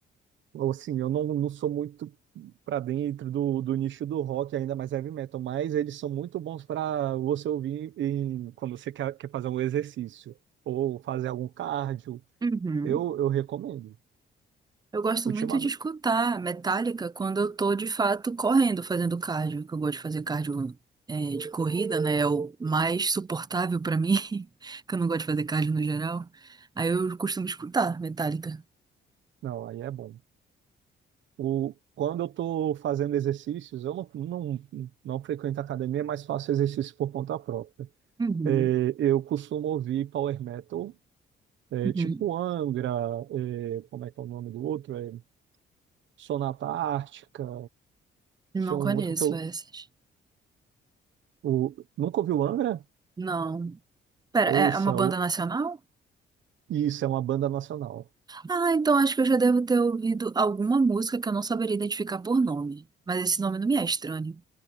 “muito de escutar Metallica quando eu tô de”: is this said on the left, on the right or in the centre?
Right